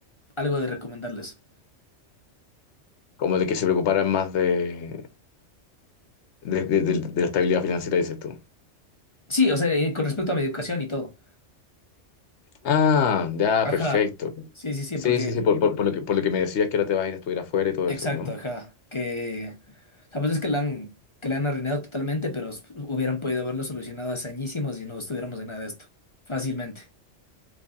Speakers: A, on the left; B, on the left.
A: algo de recomendarles.
B: Como de que se preocuparan más de, de, de- de- de la estabilidad financiera, dices tú.
A: Sí, o sea, eh, con respecto a mi educación y todo.
B: Ah, ya,
A: Ajá.
B: perfecto.
A: Sí, sí, sí,
B: Sí,
A: porque.
B: sí, sí, por, por- por lo que, por lo que me decías que ahora te vas a ir a estudiar afuera y todo
A: Exacto,
B: eso, ¿no?
A: ajá. Que. O sea, pues es que la han, que la han arruinado totalmente, pero s- hubieran podido haberlo solucionado hace añísimos y no estuviéramos en nada de esto. Fácilmente.